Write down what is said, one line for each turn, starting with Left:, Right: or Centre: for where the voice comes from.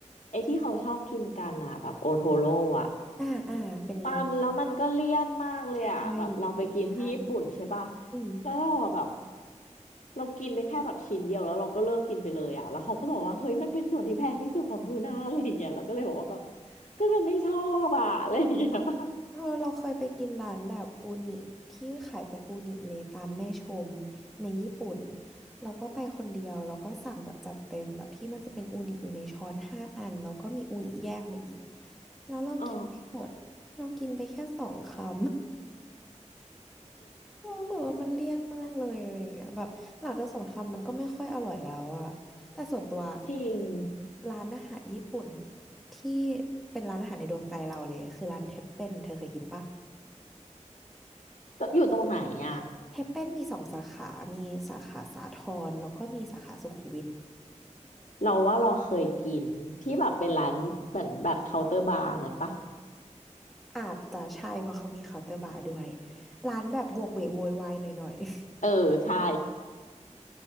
Left: ไอ้ที่เขาชอบกินกันอ่ะแบบโอโทโร่อ่ะ
Centre: อ่าอ่าเป็นไง
Left: มันแล้วมันก็เลี่ยนมากเลยอ่ะแบบเราไปกินที่ญี่ปุ่นใช่ป่ะ
Centre: ใช่เหมือนกันอืม
Left: แล้วเราอะแบบเรากินไปแค่แบบชิ้นเดียวแล้วเราก็เลิกกินไปเลยอ่ะแล้วเขาก็บอกว่าเฮ้ยมันเป็นส่วนที่แพงที่สุดของทูน่าอะไรอย่างเงี้ยเราก็เลยบอกว่าแบบก็ฉันไม่ชอบอ่ะอะไรอย่างเงี้ย <laughs> มาก
Centre: เออเราเคยไปกินร้านแบบอูนิที่ขายแต่อูนิเลยตามแม่ชมในญี่ปุ่นเราก็ไปคนเดียวแล้วก็สั่งแบบจัดเต็มแบบที่มันจะเป็นอูนิอยู่ในช้อนห้าอันแล้วก็มีอูนิแยกมาอีกแล้วเรากินไม่หมดเรากินไปแค่สองคำ
Left: อ๋อ
Centre: รู้สึกว่ามันเลี่ยนมากเลยอะไรอย่างเงี้ยแบบหลังจากสงครามมันก็ไม่ค่อยอร่อยแล้วอะแต่ส่วนตัว
Left: จริง
Centre: ร้านอาหารญี่ปุ่นที่เป็นร้านอาหารในดวงใจเราเลยคือร้านเทปเป้นเธอเคยกินปะ
Left: อยู่ตรงไหนอ่ะ
Centre: เทปเป้นมีสองสาขา มีสาขาสาทรแล้วก็มีสาขาสุขุมวิท
Left: เราว่าเราเคยกินที่แบบเป็นร้านเหมือนแบบเคาน์เตอร์บาร์นั้นปะ
Centre: อาจจะใช่เพราะเขามีเคาน์เตอร์บาร์ด้วยร้านแบบโวกเวกโวยวายหน่อยๆ
Left: เออใช่